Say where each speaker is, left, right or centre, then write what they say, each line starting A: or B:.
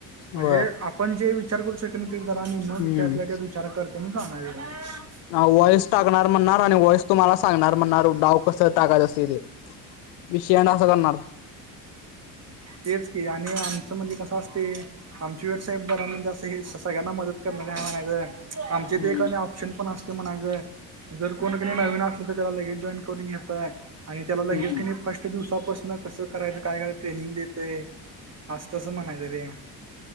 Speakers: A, on the right; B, on the left.
A: म्हणजे
B: होय
A: आपण जे विचार करू शकत ते जरा आणि
B: हम्म
A: मग त्यातला त्या विचार करते म्हणून सांगायच.
B: हा वॉइस टाकणार म्हणणार आणि वॉइस तुम्हाला सांगणार म्हणणार, डाव कस टाकायत असतय ते? विषंय एन्ड असं करणार.
A: तेच की आणि आमचं म्हणजे कसं असतय आमची वेबसाईट जरा म्हणजे अस हे सगळ्यांना मदत करणारी आहे म्हणायच, आमच्या इथं
B: हम्म
A: एक ऑप शन पण असतय म्हणायच, जर कोणी क नयी नवीन असलं तर त्याला लगेच जॉईन करून घेतय. आणि त्याला लगेच
B: हम्म
A: क नयी फर्स्ट दिवसापासन कस करायचं काय करायच ट्रेनिंग देत ते अस तसं म्हणायच रे